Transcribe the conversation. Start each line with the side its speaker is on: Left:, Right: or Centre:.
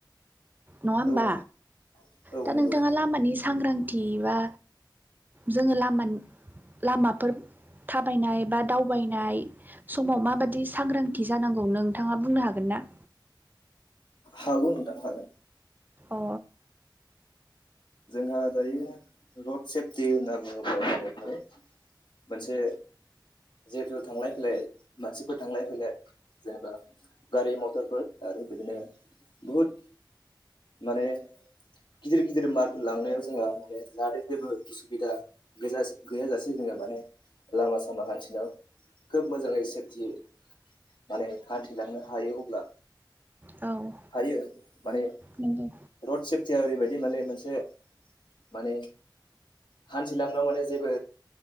Right: नङा होमबा
Left: औ औ औ
Right: दा
Left: नंगौ
Right: नोंथाङा लामानि सांग्रांथि बा जोङो लामोन लामाफोर थाबायनाय बा दावबायनाय समाव माबादि सांग्रांथि जानांगौ नोंथाङा बुंनो हागोन ना?
Left: हागौ नोंथां हागोन
Right: अ
Left: ओ दायो रड सेफटि होनना बुङोब्ला जोङो फ्राय मोनसे जिहेथु थांलाय फैलाय मानसिफोर थांलाय फैलाय जेनेबा गारि मटरफोर आरो बिदिनो बुहुद माने गिदिर गिदिर मालफोर लांनायाव जोंहा माने जाहाथे जेबो उसुबिदा गोजा गैयाजासे जोङो माने लामा सामा हान्थिनायाव खोब मोजाङै सेफटि माने हान्थिलांनो हायो अब्ला
Right: औ
Left: हायो माने
Right: नंगौ
Left: रड सेफटिया ओरैबायदि माने मोनसे माने हान्थिलांनायाव माने जेबो